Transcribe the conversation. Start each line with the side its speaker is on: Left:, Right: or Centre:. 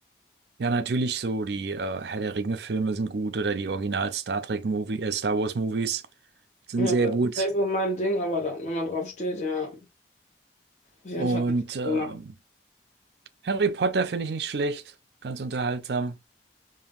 Right: Ja, natürlich so die äh, Herr der Ringe-Filme sind gut oder die Original Star Trek Movie, äh, Star Wars Movies sind
Left: Ja,
Right: sehr
Left: aber das
Right: gut.
Left: ist nicht so mein Ding, aber dann, wenn man drauf steht, ja, auf jeden
Right: Und
Left: Fall nicht
Right: ähm,
Left: gemacht.
Right: Harry Potter finde ich nicht schlecht, ganz unterhaltsam.